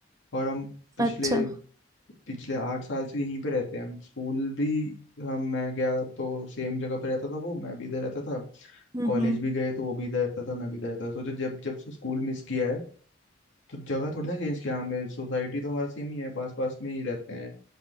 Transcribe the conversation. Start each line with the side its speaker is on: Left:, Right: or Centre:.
Left: और हम पिछले
Right: अच्छा
Left: पिछले आठ साल से यहीं पे रहते हैं हम स्कूल भी हम मैं गया तो सेम जगह पे रहता था वो मैं भी इधर रहता था
Right: हम्म
Left: कॉलेज
Right: हम्म
Left: भी गए तो वो भी इधर रहता था मैं भी इधर रहता था सोचो जब जब से स्कूल मिस किया है तो जगह थोड़ी ना चेंज किया हमने सोसाइटी तो हमारा सेम ही है पास पास में ही रहते हैं